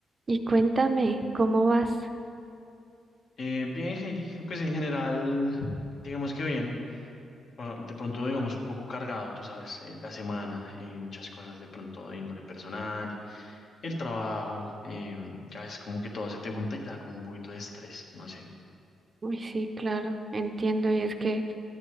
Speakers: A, on the right; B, on the left.
A: Y cuéntame, ¿cómo vas?
B: Eh, bien, Heidi, pues en general, digamos que bien. Bueno, De pronto, digamos, un poco cargado, tú sabes, eh, la semana, eh, muchas cosas de pronto de índole personal, el trabajo, eh, que a veces como que todo se te junta y te da como un poquito de estrés, no sé.
A: Uy, sí, claro, entiendo, y es que